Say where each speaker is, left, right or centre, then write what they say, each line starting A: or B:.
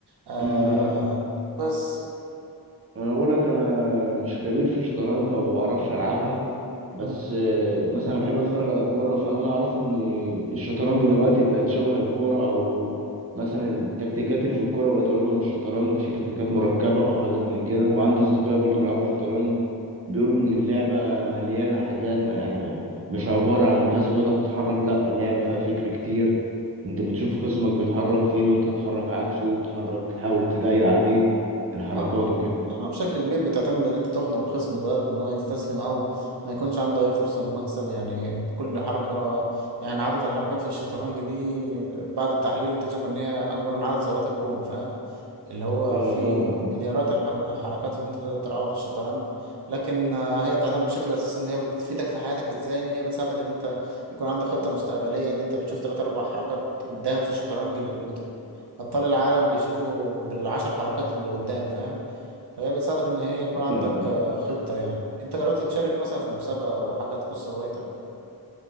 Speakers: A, on the right (about 85°); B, on the right (about 35°).
A: آه
B: أمم، انا
A: بس
B: انا بقول لك انا مش خبير في الشطرنج او ما بعرفش العبها بس
A: مم.
B: آه، مثلا انا بحب اتفرج على كوره فانا اللي اعرفه ان الشطرنج دلوقتي بقت شبه الكوره او مثلا التكتيكات اللي في الكوره بقت قريبه من الشطرنج في تكتيكات مركبه وحاجات من كده وعندي اصدقائي برضو بيلعبوا شطرنج بيقولوا ان اللعبه مليانه حاجات ما يعني مش عباره عن كذا قطعه بتتحرك لا اللعبه فيها فكر كتير انت بتشوف خصمك بيتحرك فين وانت تتحرك عكسه وتحرك تحاول تضايق عليه الحركات
A: اه
B: وكده
A: انا بشكل كبير بتعتمد ان انت تقنع الخصم لدرجه ان هو يستسلم او ما يكونش عنده اي فرصه للمكسب يعني بكل حركه يعني عدد الحركات في الشطرنج دي بعد التحليل اكتشفوا ان هي اكبر من عدد ذرات الكون فاهم اللي هو
B: اه
A: فيه
B: فاهمك
A: مليارات
B: فاهم
A: الحر- الحركات اللي انت تقدر تلعبها في الشطرنج لكن آه، هي بتعتمد بشكل اساسي ان هي بتفيدك في حياتك ازاي ان هي بتساعدك ان انت يكون عندك خطة مستقبلية ان انت بتشوف ثلاث اربع حركات قدام في الشطرنج ال- بط- ابطال العالم بيشوفوا بالعشر حركات اللي قدام فاهم فهي بتساعدك ان هي يكون عندك
B: فاهمك.
A: آه، خطة يعني انت جربت تشارك مثلا في مسابقة او حاجة تخص هوايتك